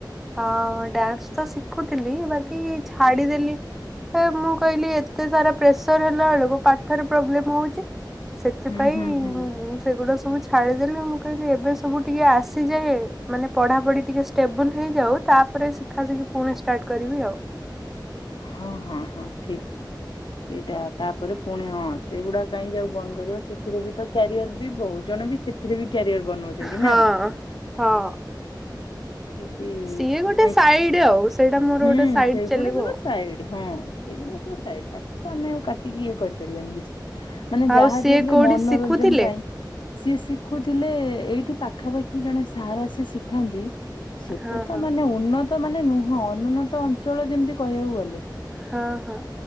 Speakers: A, in the centre; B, on the left.
A: ହଁ ଡ୍ୟାନ୍ସ ତ ଶିଖୁଥିଲି ବାକି ଛାଡିଦେଲି। ହେ ମୁଁ କହିଲି ଏତେ ସାରା ପ୍ରେସର ହେଲା ବେଳକୁ ପାଠରେ ପ୍ରୋବ୍ଲେମ ହଉଚି। ସେଥିପାଇଁ
B: ହୁଁ ହୁଁ ହୁଁ।
A: ମୁଁ ସେଗୁଡା ସବୁ ଛାଡିଦେଲି ମୁଁ କହିଲି ଏବେ ସବୁ ଟିକେ ଆସିଯାଏ। ମାନେ ପଢାପଢି ଟିକେ ଷ୍ଟେବୁଲ ହେଇଯାଉ ତାପରେ ଶିଖା ଶିଖି ପୁଣି ଷ୍ଟାର୍ଟ କରିବି ଆଉ।
B: ହଁ ହଁ ହଁ ଠିକ। ସେଇଟା ତାପରେ ପୁଣି ହଁ ସେଇଗୁଡା କାହିଁକି ଆଉ ବନ୍ଦ କର ସେଥିରେ ବି ତ କ୍ୟାରିଅର ବି ବହୁତ। ଜଣେ ବି ସେଥିରେ ବି କ୍ୟାରିୟର ବନଉଛନ୍ତି
A: ହଁ।
B: ନା?
A: ହଁ
B: ଦି
A: ସିଏ ଗୋଟେ
B: <unintelligible>
A: ସାଇଡ ଆଉ ସେଇଟା ମୋର
B: ହୁଁ
A: ଗୋଟେ ସାଇଡ
B: ସେଇଗୁଡା
A: ଚାଲିବ
B: ସବୁ
A: ଆଉ।
B: ହାଇବ୍ରିଡ଼ ହଁ ସେଗୁଡା ତ ସାଇଡ଼ ତା ତ ଆମେ ଆଉ କାଟିକି ଇଏ କରିପାରିବାନି କିଛି। ମାନେ
A: ଆଉ
B: ଯାହା
A: ସିଏ
B: ବି ହେଲେ
A: କୋଉଠି
B: ମନୋରଞ୍ଜନ
A: ଶିଖୁଥିଲେ?
B: ପାଇଁ। ସିଏ ଶିଖୁଥିଲେ ଏଇଠି ପାଖାପାଖି ଜଣେ ସାର୍ ଆସି ଶିଖାନ୍ତି। ସେତେ
A: ହଁ
B: ତ
A: ହଁ
B: ମାନେ ଉନ୍ନତ ମାନେ ନୁହଁ ଅନୁନ୍ନତ ଅଞ୍ଚଳ ଯେମିତି କହିବାକୁ ଗଲେ।
A: ହଁ ହଁ।